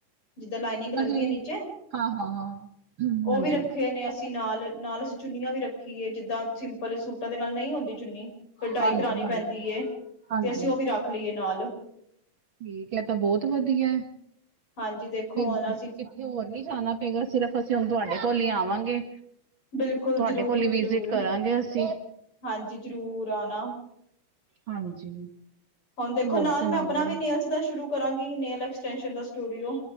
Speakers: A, on the left; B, on the right.
A: ਜਿੱਦਾਂ ਲਾਈਨਿੰਗ ਲੱਗਦੀ
B: ਹਾਂਜੀ,
A: ਹੈ ਨੀਚੇ,
B: ਹਾਂ-ਹਾਂ-ਹਾਂ, ਹੂੰ,
A: ਉਹ
B: ਹਾਂਜੀ,
A: ਵੀ ਰੱਖੇ ਨੇ ਅਸੀਂ ਨਾਲ ਨਾਲ ਅਸੀਂ ਚੁੰਨੀਆਂ ਵੀ ਰੱਖੀਏ ਜਿੱਦਾਂ ਸਿੰਪਲ ਸੂਟਾਂ ਦੇ ਨਾਲ, ਨਹੀਂ ਹੁੰਦੀ ਚੁੰਨੀ ਡਾਈ
B: ਹਾਂਜੀ-ਹਾਂਜੀ,
A: ਕਰਾਉਣੀ ਪੈਂਦੀ ਏ,
B: ਹਾਂਜੀ।
A: ਤੇ ਅਸੀਂ
B: ਹਾਂਜੀ।
A: ਉਹ ਵੀ ਰੱਖ ਲਈਏ ਨਾਲ
B: ਠੀਕ ਹੈ ਤਾਂ ਬਹੁਤ ਵਧੀਆ,
A: ਹਾਂਜੀ ਦੇਖੋ
B: ਫਿਰ
A: ਹੁਣ ਅਸੀਂ
B: ਹੋਰ ਨੀ ਜਾਣਾ ਪਏਗਾ, ਸਿਰਫ਼ ਅਸੀਂ ਹੁਣ ਤੁਹਾਡੇ ਕੋਲ ਹੀ ਆਵਾਂਗੇ
A: ਬਿਲਕੁਲ
B: ਤੁਹਾਡੇ
A: ਜ਼ਰੂਰ
B: ਕੋਲ ਈ ਵਿਜਿਟ
A: ਜ਼ਰੂਰ,
B: ਕਰਾਂਗੇ ਅਸੀਂ,
A: ਹਾਂਜੀ ਜ਼ਰੂਰ ਆਉਣਾ
B: ਹਾਂਜੀ,
A: ਹੁਣ ਦੇਖੋ
B: ਹੋਰ
A: ਨਾਲ
B: ਸੁਣਾਓ?
A: ਮੈਂ ਆਪਣਾ ਵੀ ਨੇਲਸ ਦਾ ਸ਼ੁਰੂ ਕਰਾਂਗੀ, ਨੇਲਸ ਐਕਸਟੈਂਸ਼ਨ ਦਾ ਸਟੂਡੀਓ